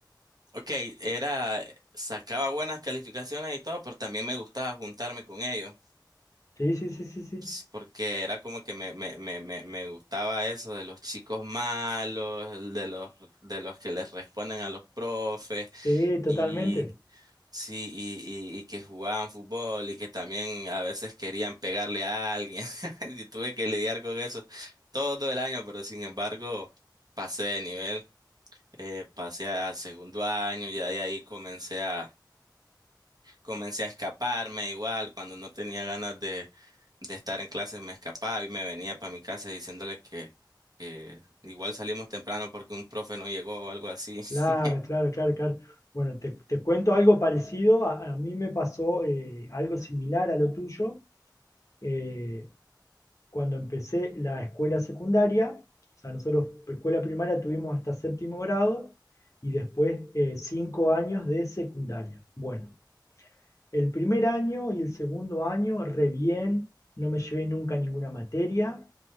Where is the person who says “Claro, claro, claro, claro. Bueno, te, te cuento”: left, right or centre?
Left